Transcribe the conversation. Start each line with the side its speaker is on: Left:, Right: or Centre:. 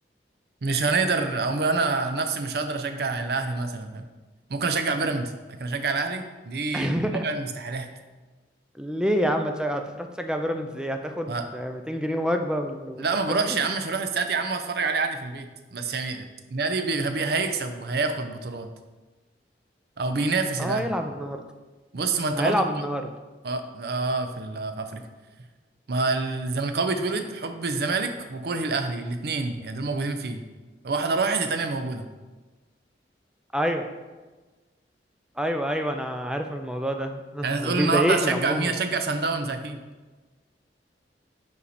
Right: مش هنقدر او انا نفسي مش هقدر اشجع الاهلي مثلا فاهم ممكن اشجع بيراميدز لكن اشجع الاهلي دي
Centre: <laughs>
Right: من رابع المستحيلات
Centre: ليه يا عم هتشجع- هتروح تشجع بيراميدز ايه هتاخد
Right: ما
Centre: 200 جنيه وجبة وال- والحركات
Right: لا ما بروحش
Centre: دي
Right: يا عم مش هروح الاستاد يا عم واتفرج عليه عادي في البيت بس يعني النادي بي... بي... هيكسب وهياخد بطولات او بينافس
Centre: اه
Right: الاهلي
Centre: هيلعب النهاردة
Right: بص ما انت
Centre: هيلعب
Right: برضو
Centre: النهاردة
Right: اه, آه في ال... في افريقيا ما الزملكاوي بيتولد حب الزمالك وكره الاهلي الاثنين يعني دول موجودين فيه واحده راحت الثانيه موجوده
Centre: ايوه ايوه ايوه انا عارف الموضوع ده <laughs>
Right: يعني تقول
Centre: وبيضايقني
Right: النهارده هشجع
Centre: عموما
Right: مين هشجع سان داونز اكيد